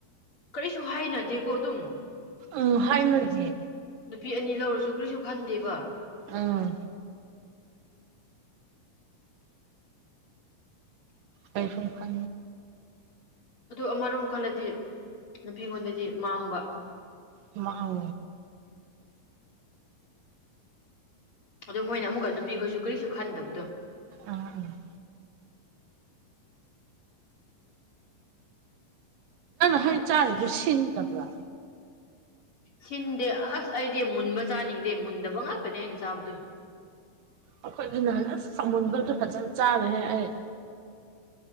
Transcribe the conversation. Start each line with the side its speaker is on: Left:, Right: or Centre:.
Left: ꯀꯔꯤꯁꯨ ꯍꯥꯏꯅꯗꯦꯀꯣ ꯑꯗꯨꯝ
Right: ꯎꯝ ꯍꯥꯏ ꯃꯔꯖꯤ
Left: ꯅꯨꯄꯤ ꯑꯅꯤ ꯂꯧꯔꯁꯨ ꯀꯔꯤꯁꯨ ꯈꯟꯗꯦꯕ
Right: ꯑꯥ ꯀꯩꯔꯨꯝ ꯈꯦ
Left: ꯑꯗꯨ ꯑꯃꯔꯣꯝ ꯈꯜꯂꯗꯤ ꯅꯨꯄꯤꯉꯣꯟꯗꯗꯤ ꯃꯥꯡꯕ
Right: ꯑꯃ
Left: ꯑꯗꯣ ꯃꯣꯏꯅ ꯑꯃꯨꯛꯀ ꯅꯨꯄꯤꯈꯣꯏꯁꯨ ꯀꯔꯤꯁꯨ ꯈꯟꯗꯕꯗꯣ
Right: ꯎꯝ ꯎꯝ ꯍꯣꯏ ꯆꯥꯕꯨ ꯁꯤꯤꯟꯗꯕ꯭ꯔ
Left: ꯁꯤꯟꯗꯦ ꯑꯁ ꯑꯩꯗꯤ ꯃꯨꯟꯕ ꯆꯥꯅꯤꯡꯗꯦ ꯃꯨꯟꯗꯕ ꯉꯥꯛꯇꯅꯦ ꯑꯩꯅ ꯆꯥꯕꯗꯨ
Right: ꯑꯩꯈꯣꯏꯒꯤ ꯅꯍꯥꯟꯁ ꯀꯃꯨꯟꯕꯛꯇ ꯐꯖꯅ ꯆꯥꯔꯦꯍꯦ ꯑꯩ